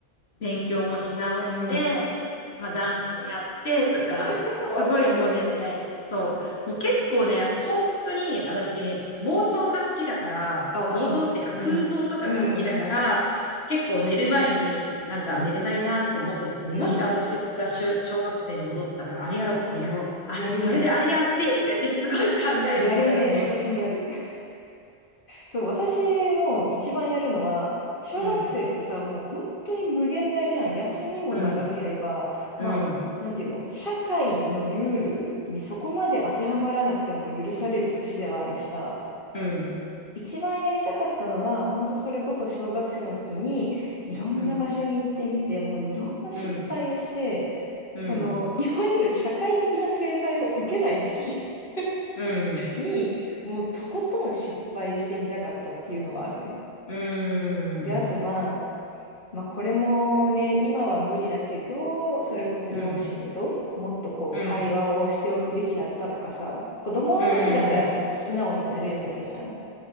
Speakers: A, on the left; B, on the left.
A: 勉強もし直して、
B: うん。
A: まあダンスもやってとか、
B: <laughs>
A: すごいもうね、
B: わかる。
A: そう、もう結構ね、本当に私妄想が好きだから、
B: あ、私も。
A: 妄想っていうか空想とかが好きだから、
B: うん。うんうんうん
A: 結構寝る前になんか寝れないなって思った時に、
B: うん。
A: もし私が小小学生に戻ったら、
B: うん。
A: あれやろう、これやろう、あ、
B: やるね。
A: それであれやってとか言ってすごい考えるんだよね。
B: やるね。私もやる。<laughs> そう、私も一番やるのは、小学生ってさ、
A: うん、
B: もう本当に無限大じゃん。休みも長ければ、
A: うん、うん、
B: まあ、なんていうの、社会のルールにそこまで当てはまらなくても許される年ではあるしさ、
A: うん、
B: 一番やりたかったのは、本当それこそ小学生の時に、いろんな場所に行ってみて、
A: うん、
B: もういろんな失敗をして、
A: うん、うん、
B: その、いわゆる社会的な制裁を受けない時期。
A: うん、
B: に、もうとことん失敗してみたかったっていうのはあるね。
A: うん。
B: で、あとまあ、まあこれもね、今は無理だけど、それこそ両親ともっとこう会話をしておくべきだったとかさ、
A: うん、うん、
B: 子供の時だからこそ素直になれるわけじゃん。
A: うん。